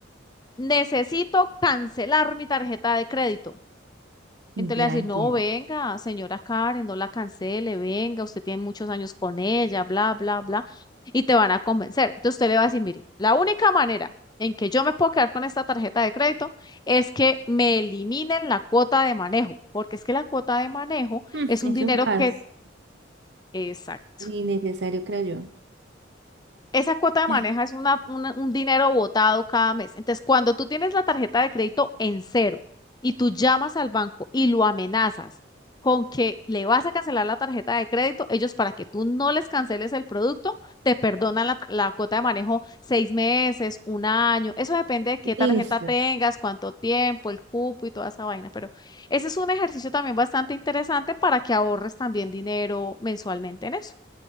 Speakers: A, on the left; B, on the right.
A: necesito cancelar mi tarjeta de crédito Entonces
B: ya
A: le va a decir,
B: entiendo.
A: no, venga, señora Karen, no la cancele, venga, usted tiene muchos años con ella, bla, bla, bla, y te van a convencer. Entonces usted le va a decir, mire, la única manera en que yo me puedo quedar con esta tarjeta de crédito es que me eliminen la cuota de manejo, porque es que la cuota de manejo
B: Mm,
A: es un
B: Es
A: dinero
B: un gas
A: que, exacto,
B: innecesario, creo yo.
A: Esa cuota de maneja
B: <laughs>
A: es una, una- un dinero botado cada mes. Entonces, cuando tú tienes la tarjeta de crédito en cero y tú llamas al banco y lo amenazas con que le vas a cancelar la tarjeta de crédito, ellos para que tú no les canceles el producto, te perdonan la, la cuota de manejo seis meses, un año. Eso depende de qué tarjeta
B: Listo.
A: tengas, cuánto tiempo, el cupo y toda esa vaina. Pero ese es un ejercicio también bastante interesante para que ahorres también dinero mensualmente en eso.